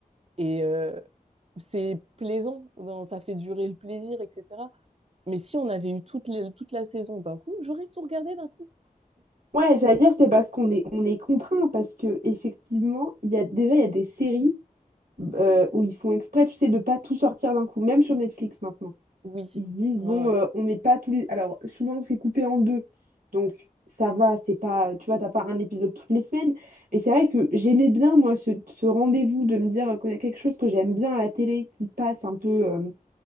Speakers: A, on the right (about 45°); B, on the right (about 75°).
A: et euh, c'est plaisant, dans- ça fait durer le plaisir, etc. Mais si on avait eu toute, les- toute la saison d'un coup, j'aurais tout regardé d'un coup.
B: Ouais, c'est-à-dire, c'est parce qu'on est, on est contraint, parce que effectivement, il y a, déjà, il y a des séries euh, où ils font exprès, tu sais, de pas tout sortir d'un coup, même sur Netflix maintenant.
A: Oui,
B: Ils se disent,
A: ouais,
B: bon,
A: ouais.
B: euh, on met pas tous les... Alors, souvent, c'est coupé en deux, donc ça va, c'est pas... Tu vois, t'as pas un épisode toutes les semaines, mais c'est vrai que j'aimais bien, moi, ce, ce rendez-vous de me dire, quand il y a quelque chose que j'aime bien à la télé, qui passe un peu... euh,